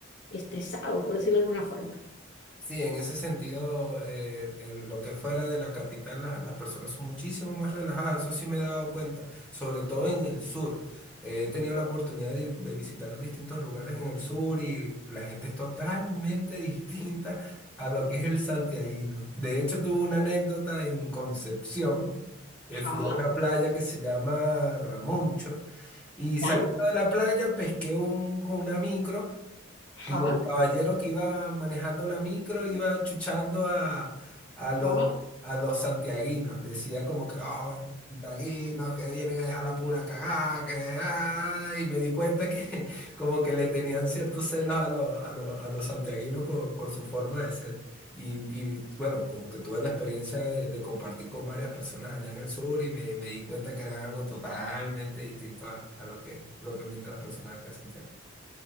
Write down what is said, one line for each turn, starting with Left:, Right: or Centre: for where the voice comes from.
Left: estresado, por decirlo de alguna forma.
Centre: Sí, en ese sentido, eh, en lo que fuera de la capital, la- las personas son muchísimo más relajadas, eso sí me he dado cuenta, sobre todo en el sur. Eh, he tenido la oportunidad de, de visitar distintos lugares en el sur y la gente es totalmente <laughs> distinta a lo que es el santiaguino. De hecho, tuve una anécdota en Concepción. eh, fui
Left: Ajá,
Centre: a una playa que se llama Ramoncho y
Left: ¿ya?
Centre: saliendo de la playa pesqué un, una micro.
Left: Ajá,
Centre: Y el caballero que iba manejando la micro iba chuchando a, a, lo-
Left: ajá.
Centre: a los santiaguinos. Decía como que, oh, estos santiaguinos que vienen a dejar la pura cagada, que... ah", Y me di cuenta que <laughs> como que le tenían ciertos celos a los, a los, a los santiaguinos por, por su forma de ser. Y, y, bueno, como que tuve la experiencia de, de compartir con varias personas allá en el sur y me, me di cuenta que era algo totalmente distinto a, a lo que es propiamente la persona de acá de Santiago.